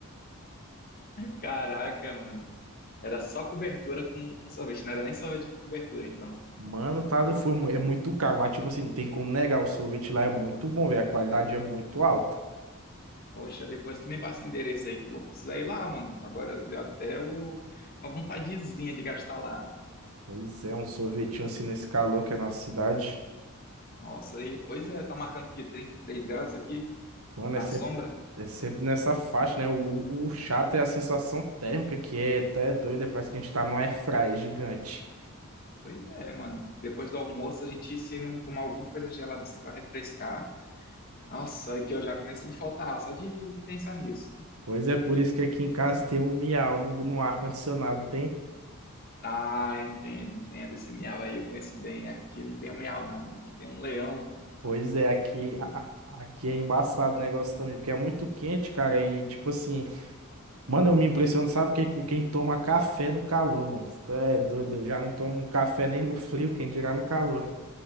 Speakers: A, on the left; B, on the right.
A: Caraca, mano. Era só cobertura com, com sorvete, não era nem sorvete com cobertura, então.
B: Mano, tá, foi, mu- é muito caro, mas tipo assim, não tem como negar, o sorvete lá é muito bom, velho, a qualidade é muito alta.
A: Poxa, depois tu me passa o endereço aí que eu vou precisar ir lá, mano. Agora deu até o- uma vontadezinha de gastar lá.
B: Pois é, um sorvetinho assim nesse calor que é a nossa cidade.
A: Nossa, aí, pois é, tá marcando que 33 graus aqui
B: Mano,
A: na
B: é sempre,
A: sombra?
B: é sempre nessa faixa, né? O, o o chato é a sensação térmica, que é até doida, parece que a gente tá num airfry gigante.
A: Pois é, mano. Depois do almoço a gente se não tomar alguma coisa gelada assim pra refrescar. Nossa, aí que eu já começo a me faltar ar só de pensar nisso.
B: Pois é, por isso que aqui em casa tem um miau no, no ar-condicionado, não tem?
A: Ah, entendo, entendo. Esse miau aí eu conheço bem. Aqui não tem um miau, não. Aqui tem um leão.
B: Pois é, aqui, a- a- aqui é embaçado o negócio também, porque é muito quente, cara, e tipo assim, mano, eu me impressiono, sabe, que, com quem toma café no calor, mano. Tu é doido, eu já não tomo um café nem no frio, quem dirá no calor.